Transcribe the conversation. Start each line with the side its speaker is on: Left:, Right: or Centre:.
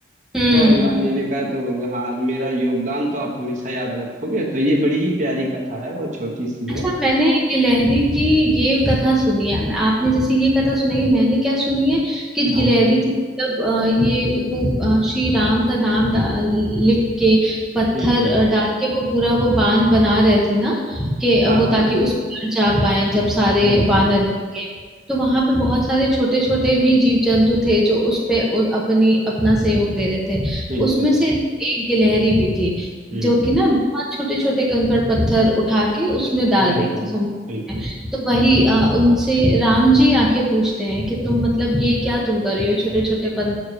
Centre: हम्म
Right: तो हनुमान जी ने कहा तो हाँ मेरा योगदान तो आप हमेशा याद रखोगे तो ये बड़ी प्यारी कथा है बहुत छोटी सी
Centre: अच्छा
Right: है
Centre: मैंने गिलहरी की ये कथा सुनी है आपने जैसे ये कथा सुनाई है मैंने क्या सुनी है कि
Right: हाँ
Centre: गिलहरी
Right: हाँ
Centre: थी तब अ, ये वो अ, श्री राम का नाम डाल लिख के पत्थर
Right: बिल्कुल
Centre: अ, डाल के वो पूरा वो बांध बना रहे थे ना कि
Right: हाँ
Centre: वो
Right: हाँ
Centre: ताकि उस पर जा पाए जब सारे
Right: बिल्कुल
Centre: वानर मिल के तो वहां पे बहुत सारे छोटे छोटे भी जीव जंतु थे जो उस पे उ- अपनी अपना सहयोग दे रहे थे
Right: बिल्कुल
Centre: उसमें से एक गिलहरी भी थी
Right: हम्म
Centre: जो कि ना बहुत छोटे छोटे कंकड़ पत्थर उठा के उसमें डाल
Right: बिल्कुल
Centre: रही थी समुद्र
Right: बिल्कुल
Centre: में तो वही अ, उनसे राम जी आके पूछते हैं कि तुम मतलब ये क्या तुम कर रही हो छोटे
Right: अच्छा
Centre: छोटे पन